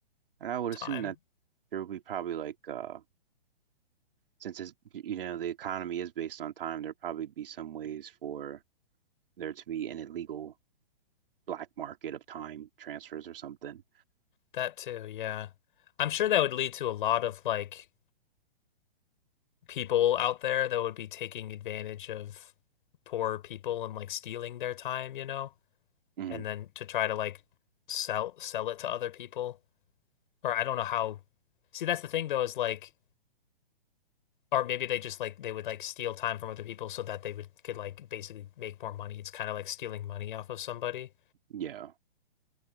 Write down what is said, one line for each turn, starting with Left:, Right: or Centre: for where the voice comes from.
Right: and I would
Left: time.
Right: assume that there would be probably like uh, since it's, you know the economy is based on time, there probably be some ways for there to be an illegal black market of time transfers or something.
Left: That too, yeah. I'm sure that would lead to a lot of like people out there that would be taking advantage of poor people and like stealing their time, you know,
Right: hmm
Left: and then to try to like sell sell it to other people. Or I don't know how. See, that's the thing though, is like or maybe they just like they would like steal time from other people so that they would could like basically make more money. It's kind of like stealing money off of somebody.
Right: Yeah,